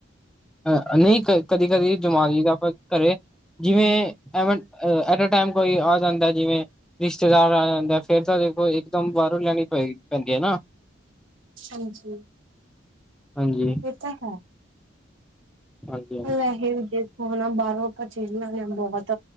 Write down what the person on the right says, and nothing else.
ਹਾਂਜੀ
ਕਿਤਾਂ ਕੋਲੋਂ
ਵੈਸੇ ਵੀ ਦੇਖੋ ਨਾ ਬਾਹਰੋਂ ਆਪਾਂ ਚੇਲਦੇ ਹਾਂ ਬਹੁਤ